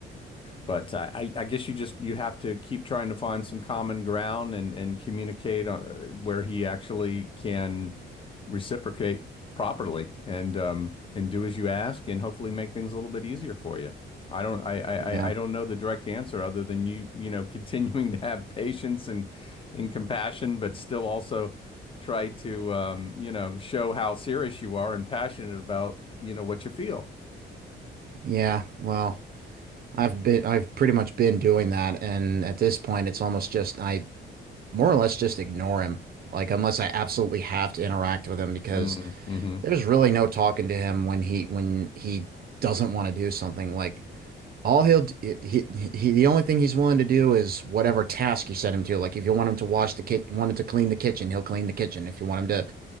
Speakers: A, on the left (about 25°); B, on the right (about 50°).
A: but I, I I guess you just you have to keep trying to find some common ground and and communicate uh, where he actually can reciprocate properly and um and do as you ask and hopefully make things a little bit easier for you. I don't I I
B: Yeah.
A: I- I don't know the direct answer other than you you know <laughs> continuing to have patience and and compassion, but still also try to um you know show how serious you are and passionate about you know what you feel.
B: Yeah. Well, I've been I've pretty much been doing that and at this point it's almost just I more or less just ignore him. Like unless I absolutely have to interact with him because
A: Mm, hmm
B: There's really no talking to him when he when he doesn't want to do something. Like all he'll d- he, he the only thing he's willing to do is whatever task you set him to. Like if you want him to wash the kit, wanted to clean the kitchen, he'll clean the kitchen. If you want him to